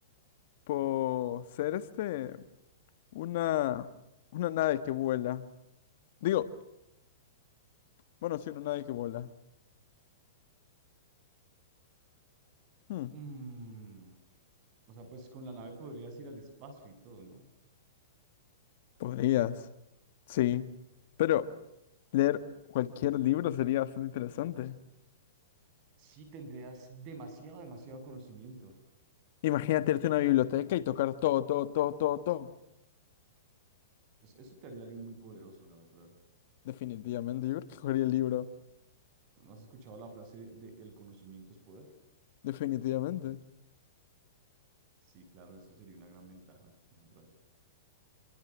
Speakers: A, on the left; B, on the right.
A: por ser este. Una, una nave que vuela. Digo, bueno, sí, una nave que vuela. Hmm,
B: Mm, o sea, pues con la nave podrías ir al espacio y todo, ¿no?
A: podrías. Sí. Pero leer cualquier libro sería bastante interesante.
B: Sí, tendrías demasiado, demasiado conocimiento.
A: Imagínate irte a una biblioteca y tocar todo, todo, todo, todo, todo.
B: Es- Eso, te haría alguien muy poderoso, la verdad.
A: Definitivamente, yo creo que cogería el libro.
B: ¿No has escuchado la frase de el conocimiento es poder?
A: Definitivamente.
B: Sí, claro, eso sería una gran ventaja, la verdad.